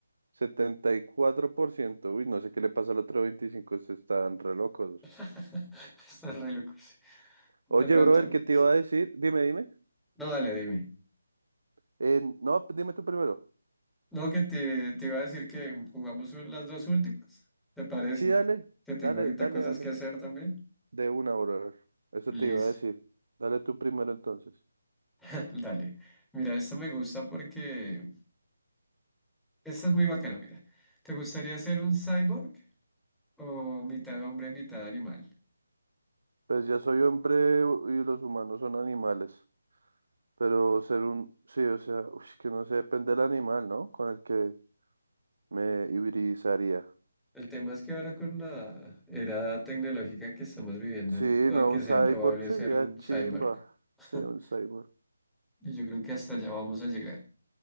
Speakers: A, on the right; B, in the centre.
A: setenta y cuatro por ciento Uy, no sé qué le pasa al otro 25%, están re locos.
B: <laughs> Estás re loco. sí. De
A: Oye,
B: pronto.
A: brother, ¿qué te iba a decir? Dime, dime.
B: No, dale, dime.
A: Eh, no, pues dime tú primero.
B: No, que te, te iba a decir que jugamos u- las dos últimas, ¿te parece?
A: Sí, dale,
B: Que tengo
A: dale,
B: ahorita
A: dale,
B: cosas
A: dale.
B: que hacer también.
A: De una, brother. Eso
B: Listo,
A: te iba a decir. Dale tú primero entonces.
B: <laughs> dale. Mira, esto me gusta porque esta es muy bacana, mira. ¿Te gustaría ser un cyborg o mitad hombre, mitad animal?
A: Pues ya soy hombre y los humanos son animales. Pero ser un, sí, o sea, ush, que no sé, depende del animal, ¿no? Con el que me hibridizaría.
B: El tema es que ahora con la era tecnológica que estamos viviendo,
A: Sí,
B: pueda
A: no,
B: que
A: un
B: sea
A: cyborg
B: probable
A: sería
B: ser un
A: chimba.
B: cyborg. <laughs>
A: Sí, un cyborg.
B: Y yo creo que hasta allá vamos a llegar.